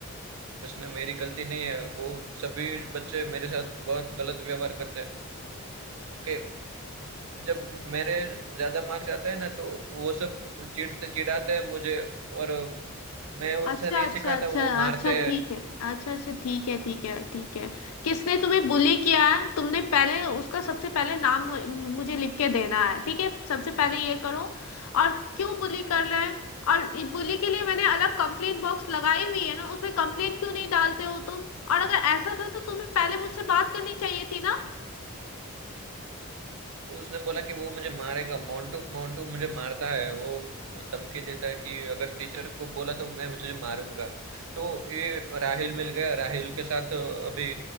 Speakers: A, on the right; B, on the left.
A: उसमें मेरी गलती नहीं है वो सभी बच्चे मेरे साथ बहुत गलत व्यवहार करते हैं कि जब मेरे ज्यादा मार्क्स आते हैं ना तो वो सब चिढ़ते चिढ़ाते हैं मुझे और मैं उनसे
B: अच्छा
A: नहीं
B: अच्छा
A: सिखाता
B: अच्छा
A: वो मारते
B: अच्छा ठीक है अच्छा अच्छा ठीक है ठीक है
A: हैं
B: ठीक है किसने तुम्हें बुली किया है तुमने पहले उसका सबसे पहले नाम मु- मुझे लिख के देना है ठीक है सबसे पहले ये करो और क्यों बुली कर रहे हैं और बुली के लिए मैंने अलग कंप्लेन बॉक्स लगाई हुई है ना उसमें कंप्लेन क्यों नहीं डालते हो तुम और अगर ऐसा था तो तुम्हें पहले मुझसे बात करनी चाहिए थी ना
A: उसने बोला कि वो मुझे मारेगा मोंटू मोंटू मुझे मारता है वो धमकी देता है कि अगर टीचर को बोला तो मैं तुझे मारूंगा तो ये राहिल मिल गया राहिल के साथ अभी